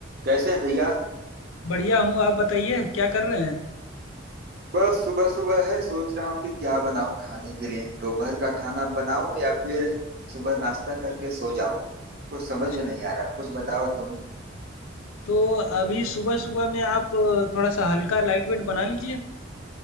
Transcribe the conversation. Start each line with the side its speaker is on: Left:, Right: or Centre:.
Right: कैसे हैं भैया
Left: बढ़िया हूँ, आप बताइए क्या कर रहे हैं?
Right: बस सुबह सुबह है सोच रहा हूँ कि क्या बनाऊं खाने के लिए दोपहर का खाना बनाऊं या फिर सुबह नाश्ता करके सो जाऊं कुछ समझ
Left: अच्छा,
Right: में नहीं आ रहा कुछ बताओ तुम
Left: तो अभी सुबह-सुबह में आप थोड़ा-सा हल्का लाइट वेट बना लीजिए,